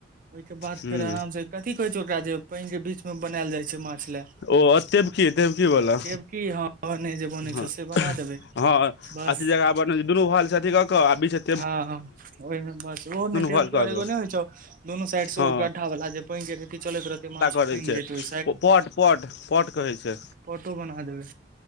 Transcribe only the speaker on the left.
हूँ
ओ तेबकी तेबकी वाला
हँ
हँ
अथी जगा बनल ह दुनू <unintelligible> हल छै अथी क के बि
भल कऽ
कऽ
हँ
तय
छै
पट पट पट कहै छै